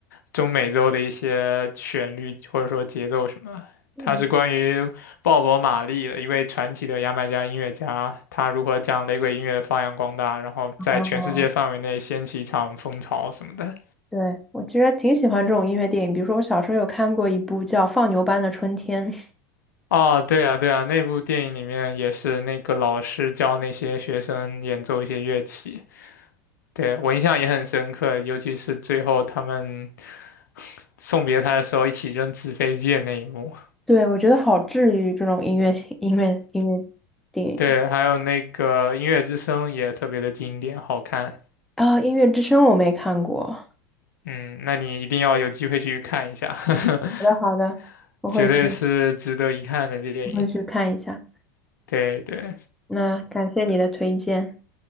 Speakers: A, on the left; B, in the centre.
A: 中美洲的一些旋律或者说节奏什么他它是关于鲍勃·
B: 嗯，
A: 马利的一位传奇的牙买加音乐家，他如何将雷鬼音乐发扬光大，然后在全世界范围内掀起一场风潮什么的。
B: 哦，对，我其实还挺喜欢这种音乐电影，比如说我小时候有看过一部叫《放牛班的春天》。
A: 哦，对啊，对啊，那部电影里面也是那个老师教那些学生演奏一些乐器。对，我印象也很深刻，尤其是最后他们 <laughs> 送别他的时候一起扔纸飞机的那一幕。
B: 对，我觉得好治愈这种音乐性音乐音乐电影
A: 对，还有那个《音乐之声》也特别的经典，好看。
B: 啊，音乐之声》我没看过。好
A: 嗯，那你一定要有机会去看一下，<laughs>
B: 的，好的，我会去
A: 绝对是值得一看的电影。
B: 我会去看一下。
A: 对对，
B: 那感谢你的推荐。